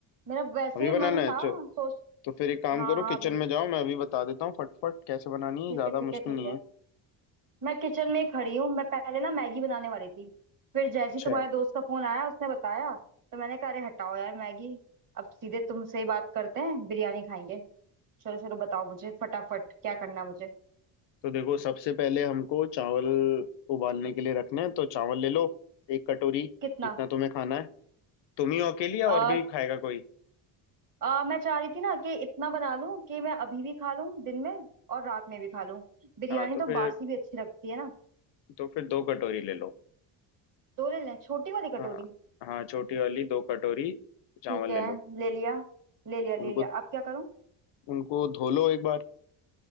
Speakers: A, on the right (about 40°); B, on the left (about 65°).
A: मेरा वैसे
B: अभी
A: भी
B: बनाना
A: मन
B: है
A: था
B: चो,
A: सोच
B: तो फिर एक काम
A: हाँ
B: करो
A: हाँ
B: किचन
A: अभी
B: में जाओ मैं अभी बता देता हूँ फटफट कैसे बनानी
A: ठीक
B: है ज़्यादा
A: है ठीक
B: मुश्किल
A: है ठीक
B: नहीं
A: है
B: है
A: मैं किचन में ही खड़ी हूँ मैं पहले ना मैगी बनाने वाली थी फिर जैसे
B: अच्छा
A: ही तुम्हारे दोस्त का फोन आया उसने बताया तो मैंने कहा अरे हटाओ यार मैगी अब सीधे तुमसे ही बात करते हैं बिरयानी खाएंगे चलो चलो बताओ मुझे फटाफट क्या करना है मुझे
B: तो देखो सबसे पहले हमको चावल उबालने के लिए रखने हैं तो चावल ले लो एक कटोरी
A: कितना
B: जितना तुम्हें खाना है तुम ही हो अकेली या
A: आ,
B: और भी खाएगा कोई
A: आ, मैं चाह रही थी ना कि इतना बना लूं कि मैं अभी भी खा लूं दिन में और रात में भी खा लूं बिरयानी
B: हाँ तो
A: तो
B: फिर
A: बासी भी अच्छी लगती है ना
B: तो फिर दो कटोरी ले लो
A: दो ले लें छोटी वाली कटोरी
B: हाँ हाँ छोटी वाली दो कटोरी चावल
A: ठीक है
B: ले लो
A: ले लिया ले लिया
B: उनको
A: ले लिया अब क्या करूं
B: उनको धो लो एक बार